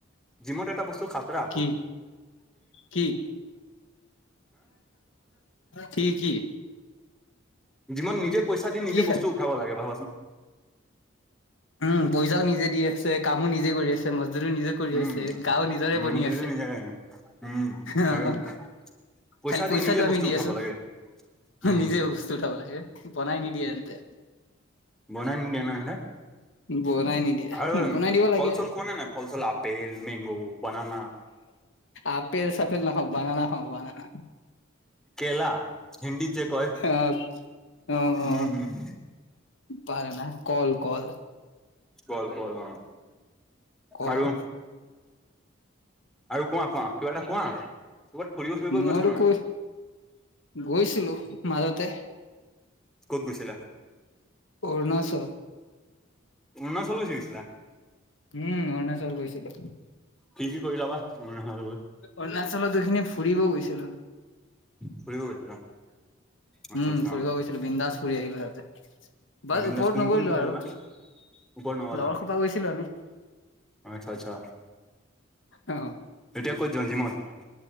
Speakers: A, in the centre; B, on the left.
A: জিমত এটা বস্তু খাতৰা আক।
B: কি কি কি কি?
A: যিমান নিজে পইচা দি নিজে বস্তু
B: কি
A: উঠাব লাগে ভাবাচোন।
B: উম পইচাও নিজে দি আছে কামো নিজে কৰি আছে ম। নিজে কৰি
A: উম
B: আছে, গাও নিজৰে বনি
A: বুজিলো
B: আছে
A: নিজে উম
B: আহ।
A: পইচা
B: খালি
A: দি
B: পইচাটো
A: নিজে বস্তু
B: আমি দি
A: উঠাব
B: আছো।
A: লাগে উম
B: নিজে বস্তু উঠাব লাগে বনাই নিদিয়ে তেন্তে।
A: বনাই নিদিয়ে নহলে।
B: বনাই নিদিয়ে
A: আৰু
B: বনাই দিব লাগে
A: ফল চল খোৱা নে নাই ফলচল apple, mango, banana.
B: Apple চাপেল নাখাও, বানানা খাও বনানা।
A: কেলা হিন্দীত যে কয়
B: অ অ অ
A: উম উম
B: পাৰ ন। কল কল।
A: কল কল অ
B: কল
A: আৰু আৰু কোৱা কোৱা কিবা এটা কোৱা। ক'ৰবাত ফুৰিব চুৰিব
B: মইতো
A: গৈছা নে নাই
B: কৈ গৈছিলো মাজতে,
A: ক'ত গৈছিলা?
B: অৰুণাচল।
A: অৰুণাচল গুচি গৈছিলা
B: উম অৰুণাচল গৈছিলো।
A: কি কি কৰিলা বা? অৰুণাচল গৈ
B: অৰুণাচলত দুখিনি ফুৰিব গৈছিলো।
A: ফুৰিব গৈছিলা আচ্ছা
B: উম
A: আচ্ছা
B: ফুৰিব গৈছিলো, বিন্দাছ ফুৰি আহিলো হিয়াতে। বাৰ
A: বিন্দাছ
B: ওপৰত
A: কোন
B: নগৰিলো
A: কোন গৈছিলে
B: আৰু
A: বা ওপৰত নগলা
B: লগৰ সোপা গৈছিলো আমি।
A: আচ্ছা আচ্ছা।
B: অ',
A: এতিয়া কত যোৱা, জিমত?